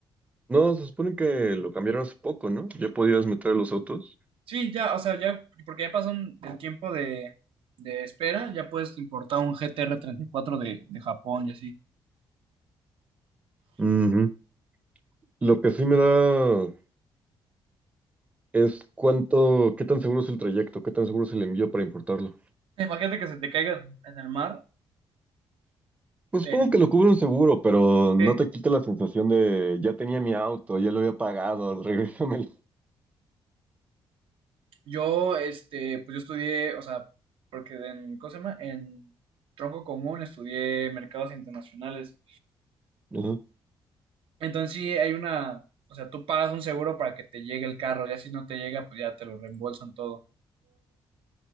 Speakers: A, on the right; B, on the right.
A: no, se supone que lo cambiaron hace poco, ¿no? Ya podías meter los autos.
B: Sí, ya, o sea, ya, porque ya pasó un- el tiempo de, de espera, ya puedes importar un GTR cuatro de, de Japón y así.
A: Ujú. Lo que sí me da es cuánto, qué tan seguro es el trayecto, qué tan seguro es el envío para importarlo.
B: Imagínate que se te caiga en el mar.
A: Pues
B: eh,
A: supongo que lo cubre un seguro, pero no
B: sí.
A: te quita la sensación de ya tenía mi auto, ya lo había pagado, <laughs> regrésamelo.
B: Yo, este, pues yo estudié, o sea, porque en, ¿cómo se llama? En tronco común estudié mercados internacionales.
A: Ajá.
B: Entonces sí hay una, o sea, tú pagas un seguro para que te llegue el carro, ya si no te llega, pues ya te lo reembolsan todo.